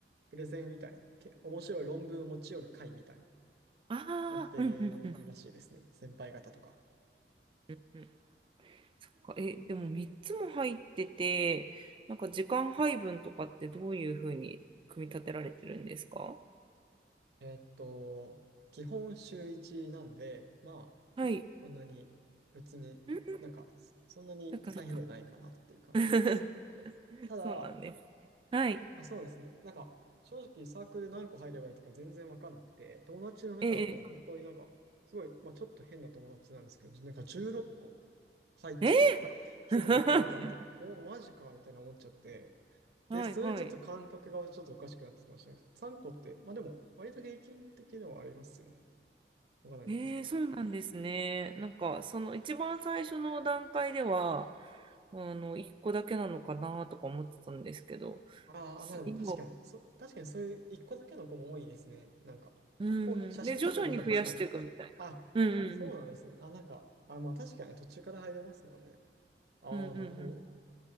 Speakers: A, on the right; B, on the right.
A: プレゼンみたいな、け、面白い論文を持ち寄る会みたいな、
B: ああ、
A: やってるらしいですね。
B: うんうんうん。
A: 先輩方とか。
B: うんそっかえ、でも3つも入ってて、なんか時間配分とかってどういうふうに組み立てられてるんですか
A: えーっと、基本週一なんで、まあ、
B: はい。
A: そんなに別になんか、
B: うん、
A: そんなに大変ではないかなっていう感じですか。
B: そっかそっか。<laughs>
A: ただ、
B: そうなんです。はい。
A: あ、そうですね。なんか、正直サークル何個入ればいいとか全然わかんなくて、友達の中だと本当になんか、
B: ええ。
A: すごい、まあちょっと変な友達なんですけど、なんか16個入ってる
B: え
A: 人とかいて、
B: ー
A: なんか、ほん、マジかみたいな思っちゃって、
B: <laughs> はいはい。
A: で、それちょっと感覚がちょっとおかしくなってたかもしれないです。3個って、まあでも、割と平均的ではありますよね。わかんないんですけど。
B: えーそうなんですね。なんか、その一番最初の段階では、あの、1個だけなのかなとか思ってたんですけど、
A: ああ、
B: す今、
A: まあでも確かに、そ、確かにそういう一個だけの子も多いですね。なんか、
B: うん。
A: こう、写真とか特にそうで。
B: で、徐々に増やしていくみたいな。
A: あ、
B: うんうんうん。
A: そうなんですね。あ、なんか、あ、まあ確かに途中から入れますもんね。ああ、
B: うんうん
A: なるほど。